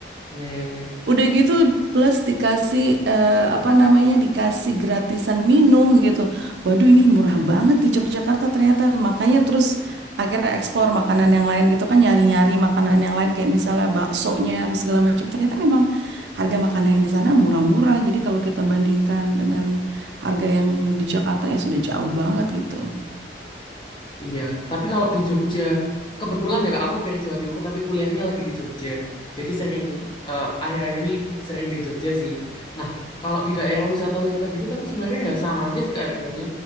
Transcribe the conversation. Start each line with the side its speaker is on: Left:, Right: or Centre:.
Left: Iya, iya, iya.
Right: Udah gitu plus dikasih eh, apa namanya dikasih gratisan minum gitu. Waduh ini murah banget di Yogyakarta ternyata. Makanya terus akhirnya ekspor makanan yang lain gitu kan nyari-nyari makanan yang lain kayak misalnya baksonya apa segala macam. Ternyata memang harga makanan yang di sana murah-murah. Jadi kalau kita bandingkan dengan harga yang di Jakarta ya sudah jauh banget gitu.
Left: Iya, tapi kalau di Jogja, kebetulan ya Kak, aku dari Jawa Timur tapi kuliahnya lagi di Jogja. Jadi sering eh, akhir-akhir ini sering di Jogja sih. Nah, kalau di daerah wisata-wisata gitu tapi sebenarnya ya sama aja sih harganya